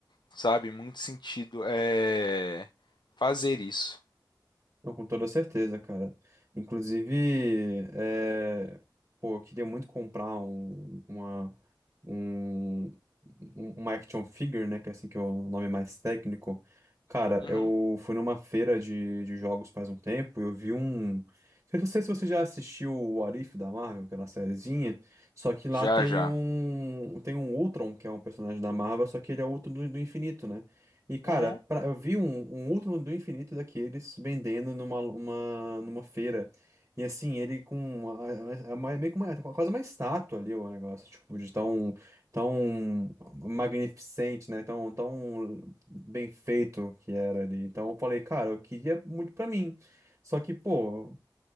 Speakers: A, on the left; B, on the right.
A: sabe? Muito sentido é fazer isso.
B: Não, com toda certeza, cara. Inclusive, é, pô, eu queria muito comprar um, uma, um, um- uma action figure, né? Que é assim que é o nome mais técnico. Cara,
A: Uhum.
B: eu fui numa feira de, de jogos faz um tempo e eu vi um. Eu não sei se você já assistiu o What If da Marvel, aquela sériezinha, só que lá
A: Já,
B: tem
A: já.
B: um, tem um Ultron, que é um personagem da Marvel, só que ele é o Ultron do do infinito, né? E, cara,
A: Uhum.
B: pra- eu vi um, um outro do infinito daqueles vendendo numa, uma, numa feira. E assim, ele com uma, é é uma- é meio que uma, é quase uma estátua ali o negócio, tipo, de tão, tão magnificente, né? Tão, tão bem feito que era ali. Então eu falei, cara, eu queria muito pra mim. Só que, pô,